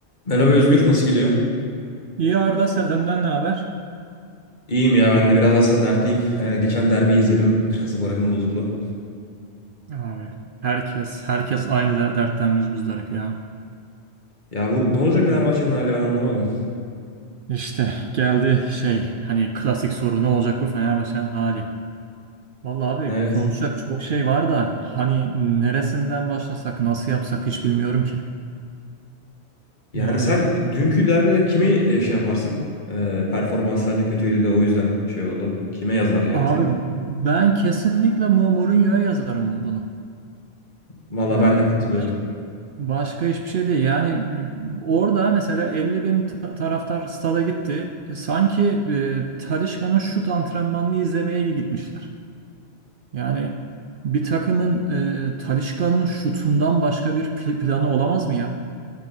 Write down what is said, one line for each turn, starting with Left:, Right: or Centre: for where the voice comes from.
Left: Merhaba Özgür, nasıl gidiyor?
Right: İyi Arda sen- senden ne haber?
Left: İyiyim ya, ben de biraz aslında dertliyim. Ee, geçen derbiyi izledim, <laughs> biraz moralim bozuldu.
Right: Abi, herkes herkes aynı de, dertten müzdarip ya.
Left: Ya bu ne olacak Fenerbahçe'nin
Right: Yani
Left: hali ben anlamadım.
Right: işte geldi şey hani klasik soru ne olacak bu Fenerbahçe'nin hali? Vallahi abi
Left: Evet.
Right: konuşacak çok şey var da hani neresinden başlasak nasıl yapsak hiç bilmiyorum ki.
Left: Yani
Right: Yani
Left: sen dünkü derbide kimi e, şey yaparsın? Ee, performans sence kötüydü de o yüzden şey oldu. Kime yazar yani
Right: abi
Left: sence?
Right: ben kesinlikle Mo- Mourinho'ya yazarım bunu.
Left: Valla
Right: Yani
Left: ben de katılıyorum.
Right: Başka hiçbir şey değil. Yani m, orada mesela 50 bin ta- taraftar stada gitti. Sanki e, Talisca'nın şut antrenmanını izlemeye gitmişler. Yani bir takımın e, Talisca'nın şutundan başka bir pl- planı olamaz mı ya?